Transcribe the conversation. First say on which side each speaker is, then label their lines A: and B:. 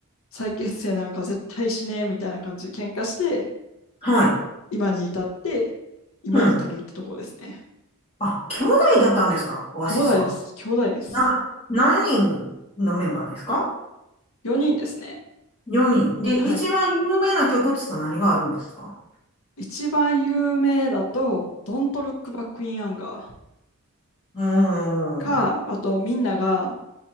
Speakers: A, on the left; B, on the left.
A: 再結成なんか絶対しねえみたいな感じで喧嘩して、
B: はい。
A: 今に至って、今に至るってところですね。
B: うん。あ、兄弟だったんですかオアシスは。
A: 兄弟です。兄弟です。
B: な、何人のメンバーですか
A: 4人ですね。
B: ?4 人。で、一番有名な曲っつったら何があるんですか
A: はい。一番有名だと、Don't Look Back in Anger
B: うん。
A: か、あとみんなが